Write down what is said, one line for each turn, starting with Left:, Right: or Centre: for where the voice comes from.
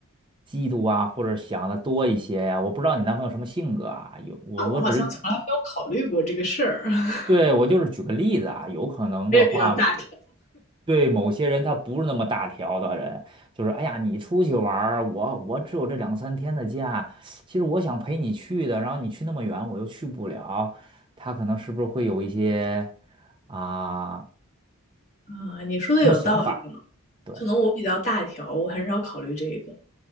Right: 嫉妒啊，或者想的多一些呀、我不知道你男朋友什么性格啊，有我我只是
Left: 那我好像从来没有考虑过这个事儿，<laughs>
Right: 对我就是举个例子啊，有可能的话。
Left: 我也比较大条。
Right: 对某些人他不是那么大条的人，就是哎呀，你出去玩儿我我只有这两三天的假，其实我想陪你去的，然后你去那么远，我又去不了，他可能是不是会有一些啊
Left: 啊，你说的有道理啊
Right: 什么想法？对
Left: 可能我比较大条，我很少考虑这个。